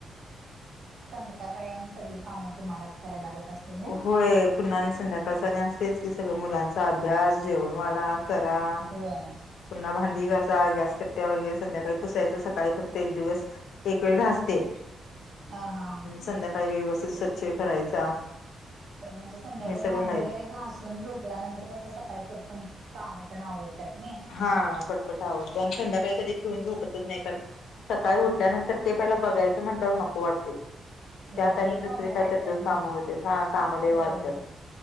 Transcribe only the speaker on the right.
त्या काळी आणि सगळी कामं तुम्हालाच करायला लागत असतील ना
होय.
हा हा हा
म्हणजे संध्याकाळी
भांडी
वगैरे घासून झोप त्यानंतर कसं सकाळी पटपण काम पण आवरत्यात नाई.
होय
लय
काम
वाटतात
मग
होय